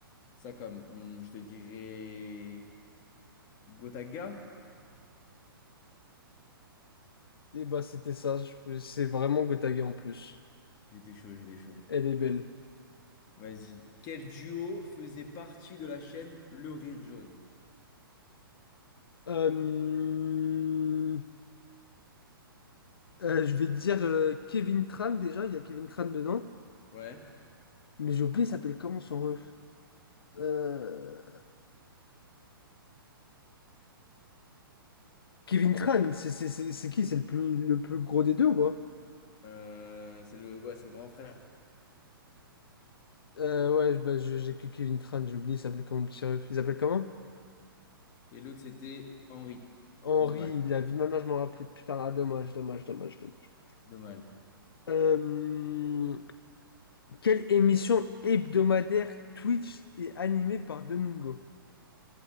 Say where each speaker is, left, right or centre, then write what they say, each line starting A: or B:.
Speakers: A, on the left (about 35°); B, on the left (about 75°).
A: Ça, comme. hum, je te dirais. Gotaga?
B: Et bah, c'était ça. Je- C'est vraiment Gotaga en plus.
A: J'étais chaud, j'étais chaud.
B: Elle est belle.
A: Vas-y. Quel duo faisait partie de la chaîne Le Rire Jaune?
B: Euh, euh, je vais te dire euh, Kevin Tran déjà, il y a Kevin Tran dedans,
A: Ouais.
B: mais j'ai oublié, il s'appelle comment son ref? Euh, Kevin Tran, c'est c'est- c'est- c'est qui? C'est le plus, le plus gros des deux ou pas?
A: Euh, c'est le... ouais, c'est le grand frère.
B: Euh, ouais, bah, je- j'ai que Kevin Tran, j'ai oublié, il s'appelait comment le petit ref? Il s'appelle comment?
A: Et l'autre, c'était Henri.
B: Henri,
A: Dommage,
B: la vie de ma mère, je m'en rappelais. Putain, ah, dommage, dommage, dommage, dommage.
A: dommage.
B: Euh, quelle émission hebdomadaire Twitch est animée par Domingo?